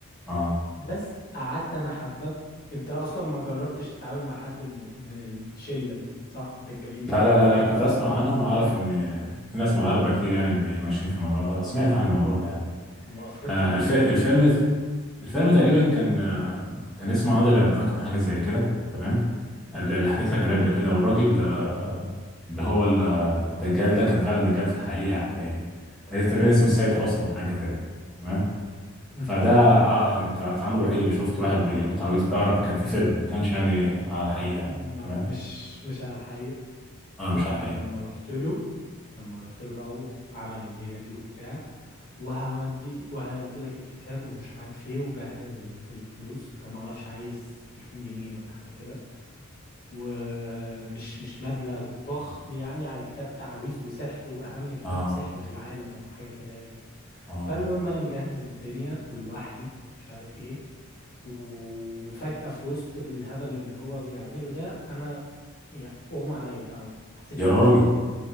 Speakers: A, in the centre; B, on the left.
A: اه
B: بس قعدت انا حبة انت اصلا ما جربتش تتعامل مع حد من ال... من الشلة دي صح الدجالين
A: لا
B: والجريان
A: لا لا لا كنت اسمع عنهم واعرف ان في ناس مغاربه كتير يعني اللي ماشيين في الموضوع ده بس سمعت عن الموضوع ده يعني
B: وافريقيا
A: آه الف...
B: من
A: الفيلم
B: تحت
A: الفيلم تقريبا كان آه كان اسمه عادل ينتقم حاجه زي كده تمام اللي حكيت
B: مم.
A: لك عليه قبل كده والراجل آه اللي هو ال- الدجال ده كان فعلا دجال في الحقيقه يعني يعني تقريبا اسمه السيد حسني حاجه كده تمام
B: <laughs>
A: فده اه يعني التعامل الوحيد اللي شفته واحد بيقول تعويذه ده اعرف كان في فيلم ما كانش يعني على الحقيقه يعني.
B: ما
A: تمام
B: مش مش على الحقيقة
A: اه
B: لا
A: مش على
B: انا
A: الحقيقه
B: لما رحت له لما رحت له بقى وعمل الليله دي وبتاع وهوديك وهدي لك الكتاب ومش عارف ايه وجهز ال- الفلوس كان معرفش عايز 2000 جنيه ولا حاجه كده ومش مش مبلغ ضخم يعني على كتاب تعاويذ وسحر واهم كتاب
A: اه
B: سحر في العالم ولا حاجه كده يعني
A: اه
B: فالمهم انا مجهز الدنيا ولوحدي مش عارف ايه وفجأة في وسط الهبل اللي هو بيعمله ده انا يعني اغمى عليا او ما حسيتش
A: يا
B: بنفسي
A: راجل